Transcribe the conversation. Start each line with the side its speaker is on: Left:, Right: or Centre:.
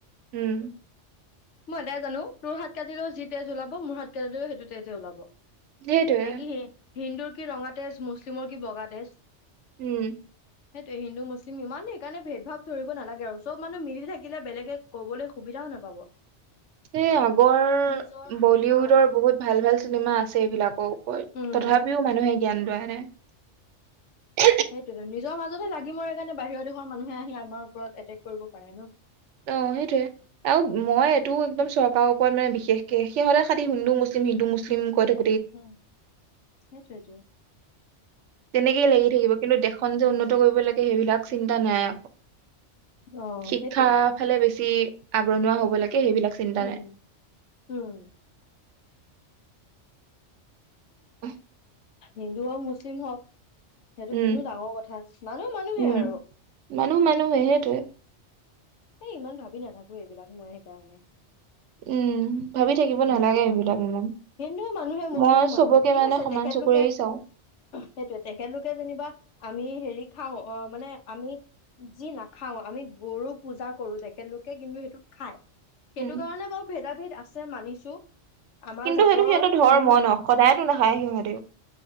Right: উম
Left: মই এটাই জানো। তোৰ হাত কাটিলও যি তেজ ওলাব, মোৰ হাত কাটিলেও সেইটো তেজে ওলাব।
Right: সেইটোৱে।
Left: নে কি হি হিন্দুৰ কি' ৰঙা তেজ, মুছলিমৰ কি' বগা তেজ।
Right: উম।
Left: সেইটোৱেই। হিন্দু, মুছলিম- ইমান সেইকাৰণে ভেদ-ভাৱ ধৰিব নালাগে। আৰু চব মানুহ মিলি থাকিলে বেলেগে কবলৈ সুবিধাওঁ নাপাব।
Right: এই আগৰ
Left: নিজৰ
Right: বলীউডৰ
Left: অ
Right: বহুত ভাল, ভাল- চিনেমা আছে এইবিলাকো।
Left: উম
Right: তথাপিও মানুহে- ধ্যান দিয়া নাই।
Left: সেইটোৱেতো নিজৰ মাজতে লাগি মৰে। সেইকাৰণে বাহিৰৰ দেশৰ মানুহে আহি আমাৰ ওপৰত এক্ৰেক কৰিব পাৰে ন।
Right: অঁ সেইটোয়ে। আৰু মই এইটো একদম চৰকাৰৰ ওপৰত মানে বিশেষকে সিহঁতে খালী হিন্দু মুছলিম, হিন্দু মুছলিম কৈ থাকে।
Left: উম'সেইটোৱেই তো।
Right: তেনেকেই লাগি থাকিব। কিন্তু দেশখন যে
Left: উম
Right: উন্নত কৰিব লাগে সেইবিলাক চিন্তা নাই। আকৌ
Left: অ
Right: শিক্ষা
Left: সেইটোৱে।
Right: ফালে বেছি আগ্ৰহ হব লাগে সেইবিলাক চিন্তা
Left: উম
Right: নাই।
Left: উম
Right: <unintelligible>
Left: হিন্দু হওঁক, মুছলিম হওঁক- সেইটো
Right: উম
Left: নো কিনো ডাঙৰ কথা মানুহ, মানুহে
Right: উম
Left: আৰু।
Right: মানুহ মানুহে সেইটোৱে
Left: এই ইমান ভাবি নাথাকো এইবিলাক মই সেইকাৰণে।
Right: উম ভাবি থাকিব নালাগে
Left: হিন্দুওঁ
Right: এইবিলাক
Left: মানুহ,
Right: ইমান
Left: হিন্দুওঁ মানুহে, মুছলিমো
Right: মই চবকে
Left: মানুহে ঠিক
Right: মানে
Left: আছে।
Right: সমান
Left: তেখেত
Right: চকুৰে
Left: লোকে
Right: চাওঁ
Left: সেইটোয়েই। তেখেত লোকে যেনিবা আমি হেৰি খাওঁ। আঁহ মানে আমি- যি নাখাওঁ আমি গৰু- পূজা কৰো। তেখেতলোকে কিন্তু সেইটোক খাই। সেইটো
Right: উম
Left: কাৰণে বাৰু ভেদা-ভেদ- আছে মানিছো। আমাৰ
Right: কিন্তু
Left: জাতৰ
Right: সেইটো সিহঁতৰ ধৰ্ম
Left: মানে
Right: ন' সদায়তো নাখায় সিহঁতি।